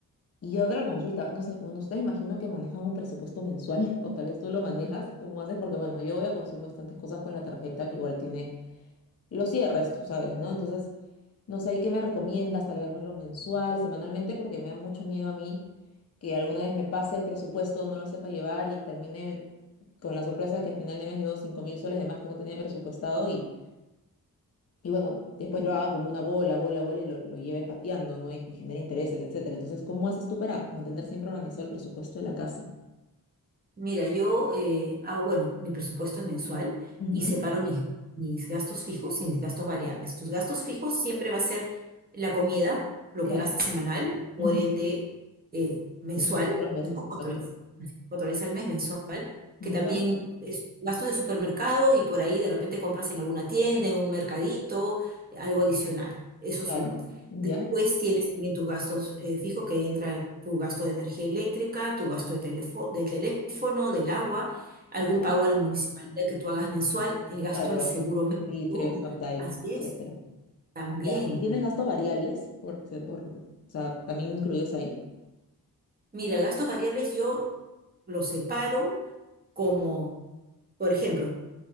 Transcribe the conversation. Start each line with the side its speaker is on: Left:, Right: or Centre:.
Left: Y otra consulta, no sé, bueno, ustedes imagino que manejan un presupuesto mensual, <laughs> o tal vez tú lo manejas, ¿cómo haces? Porque bueno, yo voy a consumir bastantes cosas con la tarjeta que igual tiene los cierres, tú sabes, ¿no? Entonces, no sé, ¿y qué me recomiendas? Tal vez hacerlo mensual, semanalmente, porque me da mucho miedo a mí que alguna vez me pase el presupuesto, no lo sepa llevar y termine con la sorpresa de que al final de mes debo cinco mil soles de más que no tenía presupuestado y y bueno, después lo haga como una bola, bola, bola y lo, lo lleve pateando, ¿no? Y me genera intereses, etcétera. Entonces, ¿cómo haces tú para mantener siempre organizado el presupuesto de la casa?
Right: Mira, yo eh, hago, bueno, mi presupuesto es mensual
Left: Ujú,
Right: y separo mis, mis gastos fijos y mis gastos variables. Tus gastos fijos siempre va a ser la comida, lo
Left: Claro.
Right: que gastas semanal, por
Left: ujú,
Right: ende eh, mensual,
Left: que siempre todos los meses,
Right: ¿no?
Left: exacto.
Right: Cuatro veces, cuatro veces al mes mensual,
Left: Ya,
Right: que también es gastos de supermercado y por ahí de repente compras en alguna tienda, en un mercadito, algo adicional. Eso
Left: claro.
Right: suma.
Left: Ya,
Right: Después tienes también tus gastos eh, fijos, que entra tu gasto de energía eléctrica, tu gasto de telefo- del teléfono, del agua, algún
Left: ya,
Right: pago a la municipalidad que tú hagas mensual, el gasto
Left: claro.
Right: del seguro médico.
Left: Arbitrios, Updike,
Right: Así
Left: etcétera.
Right: es, también.
Left: Ya. ¿Y tienes gastos variables? Por, por, o sea, también incluidos ahí.
Right: Mira, gastos variables yo los separo como, por ejemplo,